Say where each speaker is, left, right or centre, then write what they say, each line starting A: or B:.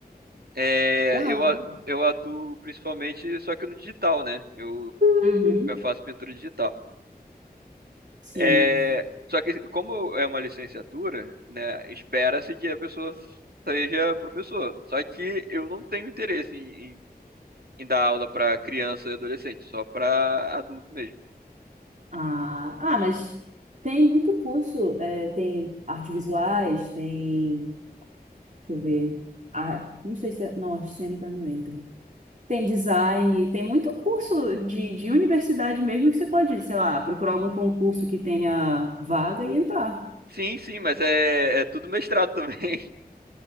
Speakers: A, on the right; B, on the right.
A: É,
B: Legal.
A: eu, a- eu atuo principalmente só que no digital, né? Eu,
B: Uhum.
A: eu faço pintura digital.
B: Sim.
A: É, só que como é uma licenciatura, né? Espera-se que a pessoa seja professor. Só que eu não tenho interesse em, em- em dar aula para criança e adolescente, só para adulto mesmo.
B: Ah, ah, mas tem muito curso. é, tem artes visuais, tem Deixa eu ver. Ah, não sei se é. Não, acho que cênica não entra. Tem design, tem muito curso de, de universidade mesmo que você pode, sei lá, procurar algum concurso que tenha vaga e entrar.
A: Sim, sim, mas é, é tudo mestrado também. <laughs>